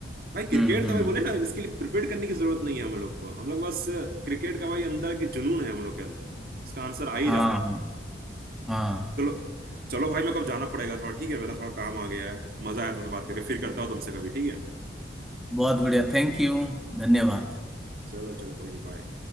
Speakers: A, on the right; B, in the centre.
A: भाई क्रिकेट
B: हम्म हम्म
A: तो भाई बोले ना इसके लिए प्रिपेयर करने की जरूरत नहीं है हम लोग को हम लोग बस क्रिकेट का भाई अंदर की जुनून है हम लोग के अंदर उसका आंसर आ ही
B: हाँ
A: जाता है
B: हाँ हाँ
A: चलो चलो भाई मेरे को अब जाना पड़ेगा थोड़ा ठीक है मेरा थोड़ा काम आ गया है मजा आया तुमसे बात करके फिर करता हूँ तुमसे कभी ठीक है
B: बहुत बढ़िया थैंक यू धन्यवाद
A: हम्म, चलो चलो कोई नहीं बाय